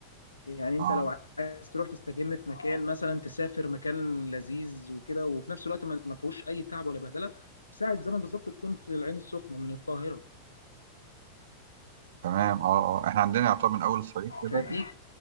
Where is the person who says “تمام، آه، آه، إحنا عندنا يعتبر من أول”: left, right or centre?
Right